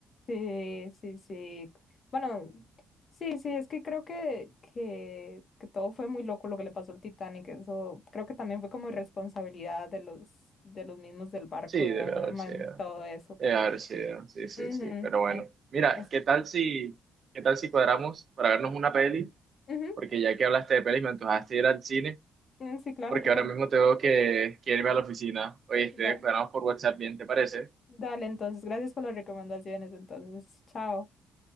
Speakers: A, on the left (about 50°); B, on the right (about 50°).
A: Sí, sí, sí. Bueno, sí, sí, es que creo que, que, que todo fue muy loco lo que le pasó al Titanic. Eso creo que también fue como irresponsabilidad de los, de los mismos del barco
B: Sí,
A: de
B: debe
A: haber
B: haber
A: montado
B: sido,
A: eso, pero.
B: debe haber sido, sí, sí,
A: ujú,
B: sí, pero bueno.
A: es-
B: Mira,
A: es-
B: ¿qué tal si, qué tal si cuadramos para vernos una peli?
A: ujú,
B: Porque ya que hablaste de pelis, me antojaste ir al cine.
A: mm, sí, claro,
B: porque
A: claro.
B: ahora mismo tengo que, que irme a la oficina. Oíste,
A: Da-
B: quedamos por WhatsApp bien, ¿te parece?
A: dale, entonces, gracias por las recomendaciones. Entonces, chao.